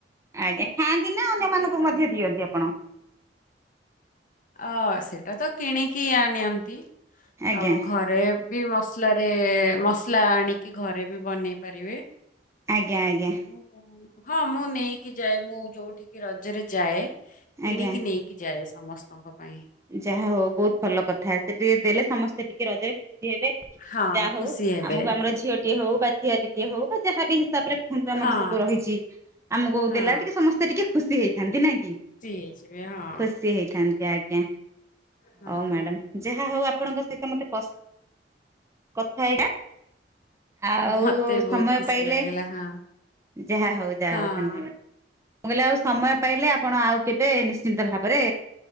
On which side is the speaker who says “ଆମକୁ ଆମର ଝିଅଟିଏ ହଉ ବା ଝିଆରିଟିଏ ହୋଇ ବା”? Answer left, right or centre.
Right